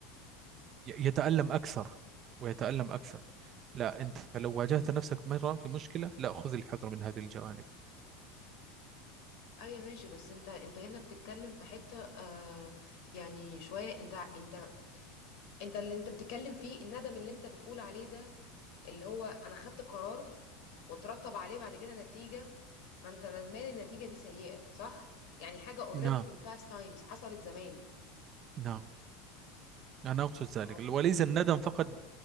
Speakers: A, on the right (about 35°); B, on the left (about 65°).
A: يتألم أكثر ويتألم أكثر لا أنت لو واجهت نفسك مرة في مشكلة لا خذ الحذر من هذه الجوانب
B: ايوه ماشي بس انت انت هنا بتتكلم في حته آه يعني شويه انت انت انت اللي انت بتتكلم فيه الندم اللي انت بتقول عليه ده اللي هو انا خدت قرار وترتب عليه بعد كده نتيجه ما انت ندمان إن النتيجه دي سيئه صح يعني حاجه اوريدي
A: نعم
B: في الباست تايمز حصلت زمان
A: نعم أنا أقصد ذلك
B: اه
A: وليس الندم فقط